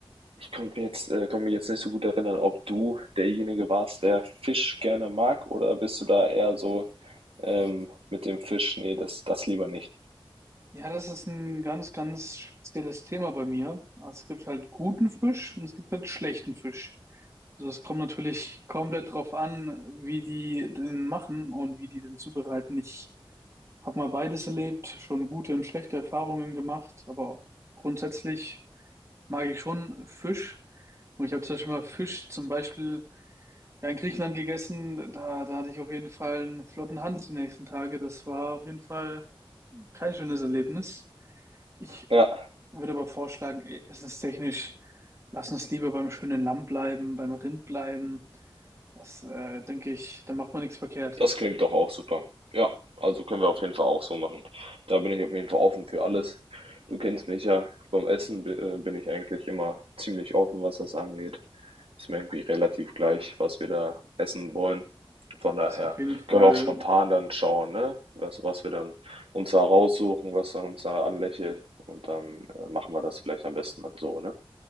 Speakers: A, on the right; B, on the right.
A: Ich konnte mir jetzt, äh, konnte mich jetzt nicht so gut erinnern, ob du derjenige warst, der Fisch gerne mag, oder bist du da eher so ähm, mit dem Fisch? Nee, das, das lieber nicht.
B: Ja, das ist ein ganz, ganz spezielles Thema bei mir. Also es gibt halt guten Fisch und es gibt halt schlechten Fisch. Also es kommt natürlich komplett drauf an, wie die den machen und wie die den zubereiten. Ich habe mal beides erlebt, schon gute und schlechte Erfahrungen gemacht, aber grundsätzlich mag ich schon Fisch. Und ich habe zum Beispiel mal Fisch zum Beispiel ja, in Griechenland gegessen. Da, da hatte ich auf jeden Fall einen flotten Hans die nächsten Tage. Das war auf jeden Fall kein schönes Erlebnis. Ich
A: Ja,
B: würde aber vorschlagen, ist es ist technisch, lass uns lieber beim schönen Lamm bleiben, beim Rind bleiben. Das, äh, denke ich, da macht man nichts verkehrt.
A: das klingt doch auch super. Ja, also können wir auf jeden Fall auch so machen. Da bin ich auf jeden Fall offen für alles. Du kennst mich ja, beim Essen bi- äh, bin ich eigentlich immer ziemlich offen, was das angeht. Ist mir irgendwie relativ gleich, was wir da essen wollen. Von daher
B: Das ist auf jeden Fall
A: können wir auch spontan dann schauen, ne? Was, was wir dann uns da raussuchen, was dann uns da anlächelt. Und dann äh, machen wir das vielleicht am besten dann so, ne?